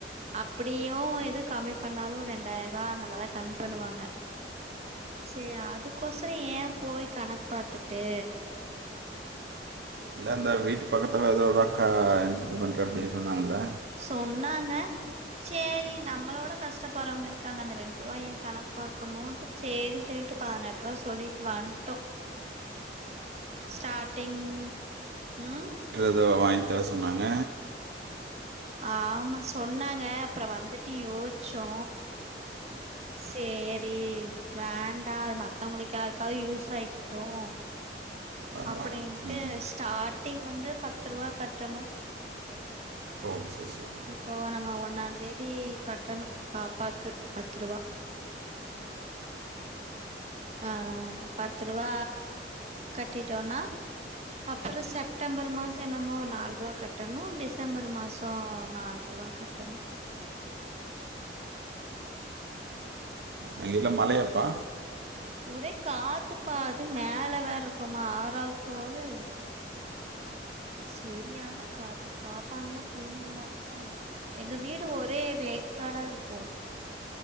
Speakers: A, on the right (about 40°); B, on the right (about 65°).
A: அப்படியும் எது கம்மி பண்ணாலும் ரெண்டாயிரம் ரூபா அந்த மாதிரதான் கம்மி பண்ணுவாங்க சரி அதுக்கோசரம் ஏன் போய் கணக்கு பாாரத்துட்டு
B: இல்லை இந்த வீட்டு பக்கத்தில் ஏதோட அக்கா இது பண்ணுற அப்படின்னு சொன்னாங்கள
A: சொன்னாங்க சரி நம்மளோட கஷ்டப்படுறவங்க இருக்காங்க அந்த ரெண்டு ரூபாய ஏன் கணக்கு பாரக்கணும்ட்டு சரின்னு சொல்லிட்டு பதினெட்டு ரூபாய் சொல்லிட்டு வந்துட்டோ ஸ்டார்டிங் உம்
B: இத வாங்கி தர சொன்னாங்க
A: ஆமா சொன்னாங்க அப்புறம் வந்துட்டு யோசிச்சோ சரி வேண்டாம் மத்தவங்களுக்கு யாருக்காவது யூஸ் ஆயிக்கட்டும்
B: ஆ,
A: அப்படின்ட்டு
B: ம்
A: ஸ்டார்டிங் வந்து பத்து ரூபா கட்டணும்
B: ஓ சரி சரி
A: இப்போ நம்ம ஒன்னாம் தேதி கட்டணும் பாப்பாக்கு பத்து ரூபா ஆஹ் பத்து ரூபா கட்டிட்டோனா அப்புறம் செப்டம்பர் மாசம் என்னமோ ஒரு நாலு ரூபா கட்டணும் டிசம்பர் மாசம் நாலு ரூபா கட்டணும்
B: அங்கேல்லாம் மலையாப்பா
A: ஒரே காத்து பாது மேல வேற இருக்குமா ஆராவது ஃபோலுரு சரியானா காத்து பாப்பாங்கல்லாம் தூங்குறாங்க எங்க வீடு ஒரே வேக்காடா இருக்கும்